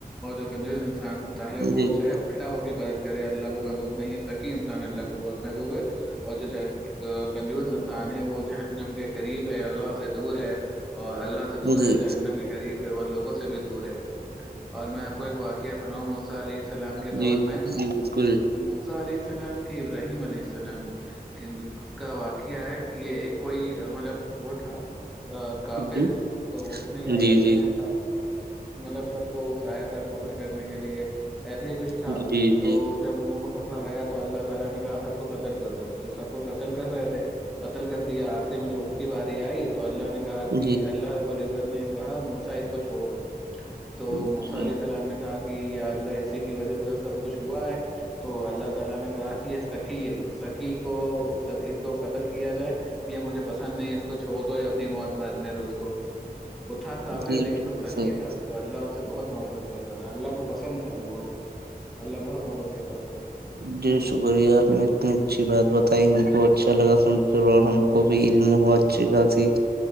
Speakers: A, in the centre; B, on the right.
A: اور جوی نان ہوتا ہے وہ
B: جی
A: چاہے الٹا ہو کے بر کرے اللہ کو محبوب نہیں ہے سکین سے انسان اللہ کو بہت محبوب ہے اور جو کنجوز انسان ہے وہ جو نم کے قریب ہے اللہ سے دور ہے اور اللہ سے دور
B: جی
A: ہے جو ہنم کے قریب ہے اور لوگ سے بھی دور ہے اور میں آپ کو ایک واقع کیا سناؤ موسا علیہ السلام کے
B: جی
A: دور میں
B: جی بالکل
A: موسا علیہ السلام کہ ابراہیم علیہ السلام کا واقعہ ہے کہ یہ ایک کوئی مطلب وہ تھا کافر
B: جی
A: تو اس میں کیا
B: جی
A: کہتے
B: جی
A: ہیں مطلب سب کو سایا تھا کوفر کرنے کے لیے ایسے ہی کچھ تھا
B: جی جی
A: تو
B: جی
A: جب انوں کو پکڑا گیا تو اللہ نے کہا سب کو کطل کر دووں تو سب کو قتل کر رہے تھے قتل کر دیا آخری میں جب اس کی باری آئی تو اللہ نے باقی
B: جی
A: اللہ بوولے نے کہا موسا اس کو چھوڑ دو تو
B: جی
A: موسا علیہ السلام نے کہا ج ال کی وجہ سے سب کچھ ہوا ہے تو اللہ تعالی نے کہا یہ سکی ہے سکی کو سی کو قتل کیا جائے یہ مجھے پسند نہیں اس کو چھوڑ دو اپنی موت مرنے دو اس کو وہ تھا کافر
B: جی
A: لیکن
B: بالکل
A: وہ سکی
B: صحیح
A: تھا تو اللہ اس سے بہت محبت کرتا تھا اللہ کو کو پسند تھا وہ بہت اللہ بہت محبت کرتا اس سے
B: جی شکریہ آپ نے اتنی اچھی بات بتائی ان کو اچھا لگا سن کر اور ہم کو بھی علم بہت اچھی خاصی